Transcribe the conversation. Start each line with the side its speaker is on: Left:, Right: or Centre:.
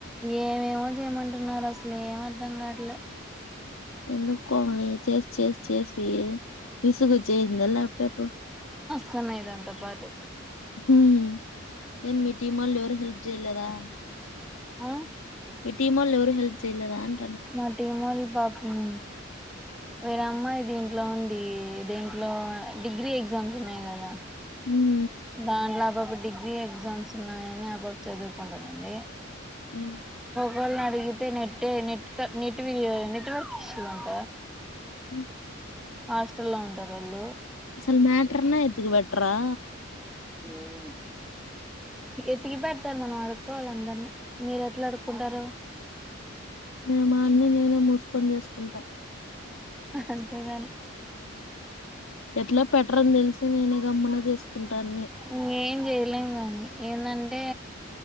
Centre: ఏమేమో చేయమంటున్నార్ అసలు ఏమర్ధం కాట్లే
Left: ఎందుకు కోమలి చేస్ చేస్ చేసి విసుగు ఓచ్చేయి ద ల్యాప్టాపు
Centre: సన్నాయి దాంత పాటి
Left: ఉమ్ హు ఎం మీ టీమోల్ ఎవరు హెల్ప్ చేయలేదా
Centre: ఆ
Left: మీ టెమోల్లూ ఎవరు హెల్ప్ చేయలేదా అన్
Centre: మా టీమోల్ బాపుం వేరే అమ్మాయ్ దీంట్లో ఉంది దీంట్లో డిగ్రీ ఎగ్ జమ్స్ ఉన్నాయ్ కదా
Left: ఉమ్
Centre: దాంట్లో ఆ పాప డిగ్రీ ఎగ్జామ్స్ ఉన్నాయని ఆ పాప చదువుకుంటునుంది
Left: ఉమ్
Centre: వాళ్ళని అడిగితే net net net network issue అంట
Left: ఉ
Centre: హాస్టల్ లో ఉంటారు వీళ్లు
Left: అసలు మ్యాటర్నా ఎతుకి పెట్రా
Centre: ఉమ్ ఎతికి పె అసలు మనం అడుకోవాలి అందరిని మీరు ఎట్లా అడుకుంటారు
Left: మేము అన్ని నేనే మూసుకొని చేేసుకుంటాం
Centre: అంతేగాని
Left: ఎట్లా పెట్టరని తెలిసి నేనే గమ్మున చేసుకుంటాన్ని
Centre: ఇంకేం చేయలేం గానీ ఏందంటే